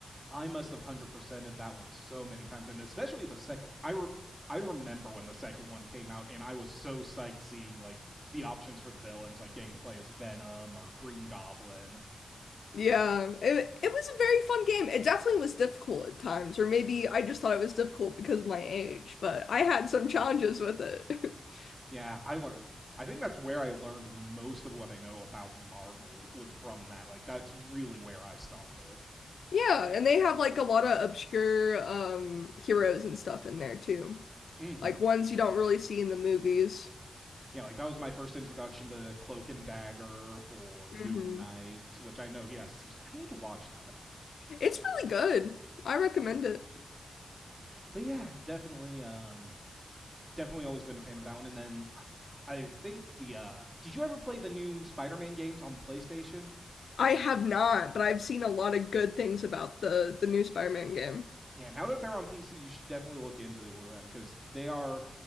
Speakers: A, in the centre; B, on the left.
A: I must have 100%ed that one so many times, and especially the second one. I, re- I remember when the second one came out, and I was so psyched seeing, like, the options for the villains, like getting to play as Venom or Green Goblin
B: Yeah, it, it was a very fun game. It definitely was difficult at times, or maybe I just thought it was difficult because of my age, but I had some challenges with it. <laughs>
A: Yeah, I learned. I think that's where I learned most of what I know about Marvel was from that. Like, that's really where I started.
B: Yeah, and they have like a lot of obscure um heroes and stuff in there too.
A: hmm
B: Like ones you don't really see in the movies.
A: Yeah, like that was my first introduction to Cloak and Dagger or Moon
B: hmm
A: Knight, which I know he has a season. I need to watch that.
B: It's really good. I recommend it.
A: But yeah, definitely, um, definitely always been a fan of that one. And then I think the uh, did you ever play the new Spider-Man games on the PlayStation?
B: I have not, but I've seen a lot of good things about the the new Spider-Man game.
A: Yeah, now that they're on PC, you should definitely look into them because they are